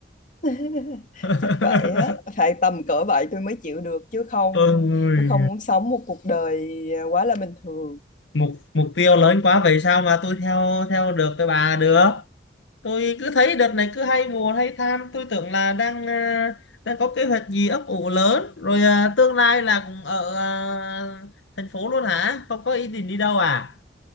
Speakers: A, on the left; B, on the left.
A: <laughs>
B: <laughs>
A: chắc vậy á phải tầm cỡ vậy tôi mới chịu được chứ không
B: Ôi,
A: tôi không muốn sống một cuộc đời quá là bình thường
B: mục mục tiêu lớn quá vậy sao mà tôi theo theo được cái bà được tôi cứ thấy đợt này cứ hay buồn hay than tôi tưởng là đang à, đang có kế hoạch gì ấp ủ lớn rồi à, tương lai là cũng ở à, thành phố luôn hả không có ý định đi đâu à